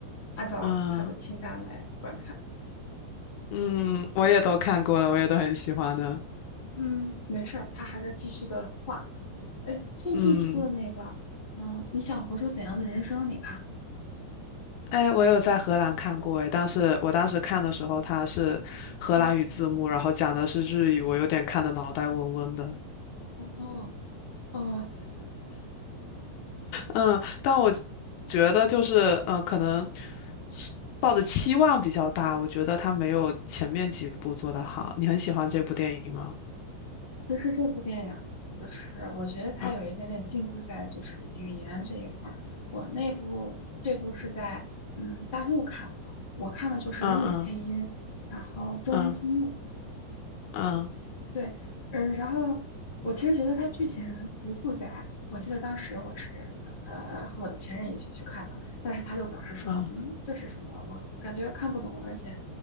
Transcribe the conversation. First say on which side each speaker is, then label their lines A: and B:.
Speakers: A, on the left; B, on the left.
A: 按照他的清单来观看。
B: 啊！嗯，我也都看过了，我也都很喜欢的。
A: 嗯，没事儿，他还在继续的画。哎，最近出的那个，
B: 嗯，
A: 嗯，你想活出怎样的人生？你看，
B: 哎，我有在荷兰看过哎，但是我当时看的时候，它是荷兰语字幕，
A: 嗯
B: 然后讲的是日语，我有点看的脑袋嗡嗡的。
A: ，Oh no。哦。
B: 嗯，但我觉得就是呃，可能是抱的期望比较大，我觉得他没有前面几部做得好。你很喜欢这部电影吗？
A: 其实这部电影就是我觉得它有一点点禁锢在就是语言这一块儿。
B: 嗯
A: 我那部这部是在嗯大陆看的，我看的就是日语配音，
B: 嗯嗯
A: 然后中文字幕。
B: 嗯嗯
A: 对，嗯，然后我其实觉得它剧情不复杂。我记得当时我是呃和我的前任一起去看的，但是他就表示说，
B: 嗯，
A: 嗯，这是什么？我感觉看不懂，而且